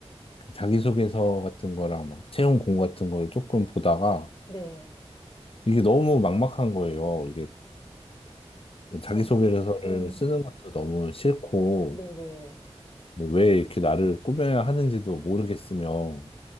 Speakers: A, on the left; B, on the left.
A: 그 자기소개서 같은 거랑 막 채용 공고 같은 걸 조금 보다가
B: 네.
A: 이게 너무 막막한 거예요. 이게
B: 그쵸.
A: 뭐 자기소개서를
B: 음,
A: 쓰는 것도 너무 싫고,
B: 네네.
A: 뭐 왜 이렇게 나를 꾸며야 하는지도 모르겠으며